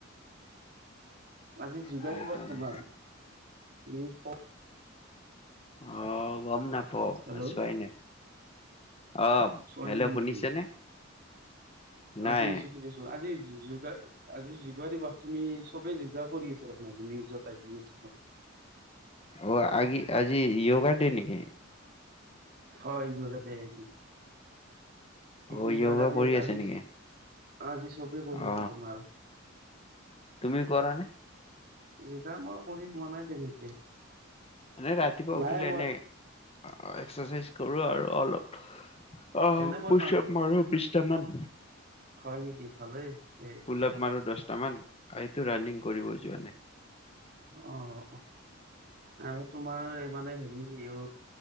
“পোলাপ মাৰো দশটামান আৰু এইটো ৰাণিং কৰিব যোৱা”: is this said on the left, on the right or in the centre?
Left